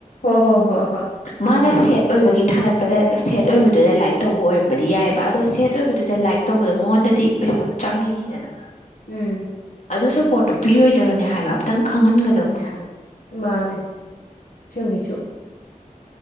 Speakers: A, on the left; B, on the left.
A: ꯍꯣ ꯍꯣ ꯍꯣ ꯍꯣꯏ
B: ꯃꯥꯅ ꯁꯦꯠ ꯑꯣꯏꯕꯒꯤ ꯊꯥꯒꯠꯄꯗ ꯁꯦꯠ ꯑꯣꯏꯕꯗꯨꯗ ꯂꯥꯏꯛ ꯇꯧꯕ ꯑꯣꯏꯔꯝꯕꯗꯤ ꯌꯥꯏꯑꯕ ꯑꯗꯣ ꯁꯦꯠ ꯑꯣꯏꯕꯗꯨꯗ ꯂꯥꯏꯛ ꯇꯧꯕꯗ ꯃꯉꯣꯟꯗꯗꯤ ꯄꯩꯁꯥꯗꯣ ꯆꯪꯉꯤꯅꯤꯗꯅ
A: ꯎꯝ
B: ꯑꯗꯨ ꯁꯞꯄꯣꯔꯠꯇꯨ ꯄꯤꯔꯣꯏꯗꯕꯅꯦ ꯍꯥꯏꯕ ꯑꯝꯇꯪ ꯈꯪꯍꯟꯒꯗꯕꯅꯦ ꯍꯥꯏꯕ
A: ꯃꯥꯅꯦ ꯆꯪꯕꯤꯁꯨ